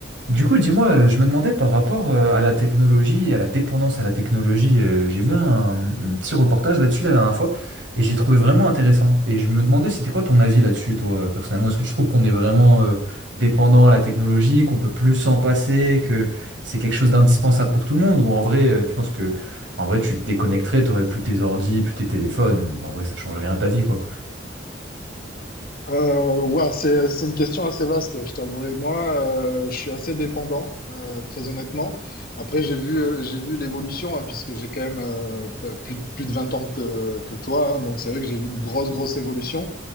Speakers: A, on the right; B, on the left.
A: Du coup, dis-moi, euh, je me demandais par rapport euh, à la technologie et à la dépendance à la technologie, euh, j'ai vu un, un petit reportage là-dessus la dernière fois et j'ai trouvé vraiment intéressant. Et je me demandais, c'était quoi ton avis là-dessus, toi, euh, personnellement? Est-ce que tu trouves qu'on est vraiment euh, dépendant à la technologie, qu'on peut plus s'en passer, que c'est quelque chose d'indispensable pour tout le monde? Ou en vrai, euh, tu penses que en vrai, tu te déconnecterais, t'aurais plus tes ordi, plus tes téléphones. En vrai, ça change rien à ta vie, quoi.
B: Euh, ouais, c'est, c'est une question assez vaste, je t'avouerai. Moi, euh, je suis assez dépendant, euh, très honnêtement. Après, j'ai vu, euh, j'ai vu l'évolution, hein, puisque j'ai quand même euh, p- plus, de- plus de 20 ans que, que toi, hein. donc c'est vrai que j'ai vu une grosse, grosse évolution.